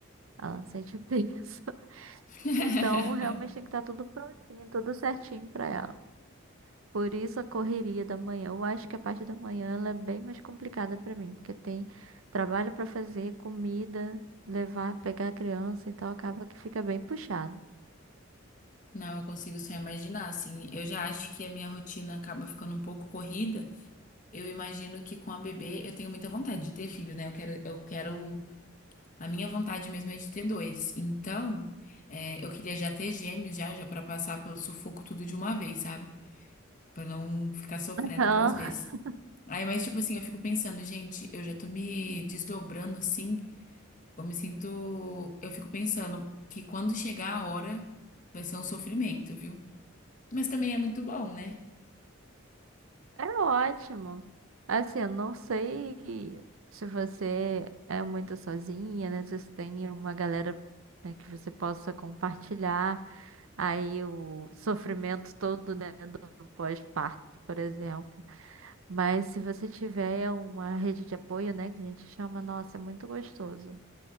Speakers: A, on the right; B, on the left.
A: Ela sente o peso. <laughs>
B: <laughs>
A: Então realmente tem que estar tudo prontinho, tudo certinho pra ela. Por isso a correria da manhã. Eu acho que a parte da manhã ela é bem mais complicada pra mim, porque tem trabalho pra fazer, comida, levar, pegar a criança, então acaba que fica bem puxado.
B: Não, eu consigo só imaginar, assim. Eu já acho que a minha rotina acaba ficando um pouco corrida. Eu imagino que com a bebê eu tenho muita vontade de ter filho, né? Eu quero, eu quero A minha vontade mesmo é de ter dois. Então, é, eu queria já ter gêmeos já, já para passar pelo sufoco tudo de uma vez, sabe? Para não ficar sofrendo
A: Então,
B: duas vezes.
A: <laughs>
B: Aí, mas tipo assim, eu fico pensando, gente, eu já tô me desdobrando assim, eu me sinto, eu fico pensando que quando chegar a hora vai ser um sofrimento, viu? Mas também é muito bom, né?
A: é ótimo. Assim, eu não sei se você é muito sozinha, né? Se você tem uma galera, né, que você possa compartilhar aí o sofrimento todo, né, do pós-parto, por exemplo. Mas se você tiver uma rede de apoio, né, que a gente chama, nossa, é muito gostoso.